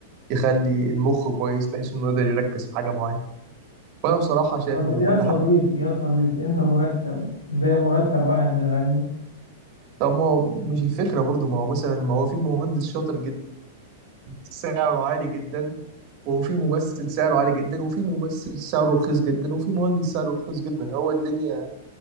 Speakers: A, on the right; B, on the left.
A: يخلي المخ كويس بحيث إنه يقدر يركز في حاجة معينة فأنا بصراحة شايف
B: طب
A: إن
B: يا
A: كل
B: صديقي
A: حاجة
B: يا صديقي انت مرتبك زي مرتب واحد بيغني
A: طب ما هو مش الفكرة برضو ما هو مثلا ما هو في مهندس شاطر جدا سعره عالي جدا وفي ممثل سعره عالي جدا وفي ممثل سعره رخيص جدا وفي مهندس سعره رخيص جدا هو الدنيا